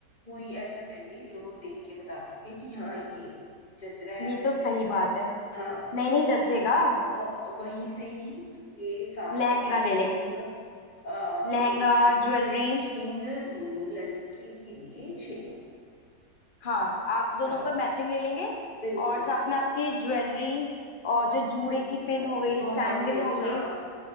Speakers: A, on the left; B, on the left.
A: कोई ऐसा चाहिए जो देख के बता सके कि हाँ ये जच रहा है
B: ये
A: नहीं
B: तो सही
A: जच रहा
B: बात है
A: हाँ
B: नहीं नहीं जचेगा
A: और वहीं से ही उसके साथ
B: लहंगा
A: का मैचिंग
B: ले लेंगे
A: नहीं
B: लहंगा
A: मैचिंग
B: ज्वेलरी
A: नहीं लड़के के लिए शेरवानी
B: हाँ आप दोनों
A: हाँ
B: का मैचिंग ले लेंगे
A: बिल्कुल
B: और साथ में आपकी ज्वेलरी और जो जूड़े
A: और
B: की पिन हो गई
A: वहां
B: सैंडल
A: से ही
B: हो गई
A: हाँ